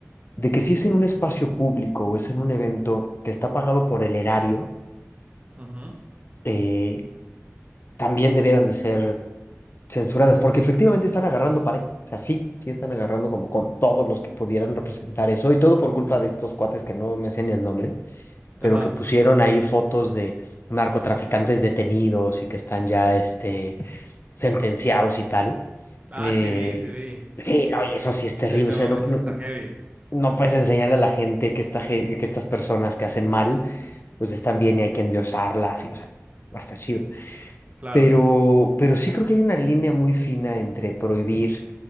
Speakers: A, on the left; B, on the right.
A: de que si es en un espacio público o es en un evento que está pagado por el erario,
B: Ujú.
A: eh, también debieran de ser censuradas, porque efectivamente están agarrando parejo. O sea, sí, sí están agarrando como con todos los que pudieran representar eso y todo por culpa de estos cuates que no me sé ni el nombre. pero
B: Ajá.
A: que pusieron ahí fotos de narcotraficantes detenidos y que están ya este, sentenciados y tal.
B: Ah,
A: Eh,
B: sí vi, sí vi.
A: sí, no, y eso sí es terrible.
B: Sí, no,
A: O sea, no,
B: eso
A: no,
B: está heavy,
A: no puedes enseñar a la gente que, esta, ge- que estas personas que hacen mal, pues están bien y hay que endiosarlas. Y, o sea, no está chido.
B: claro.
A: Pero, pero sí creo que hay una línea muy fina entre prohibir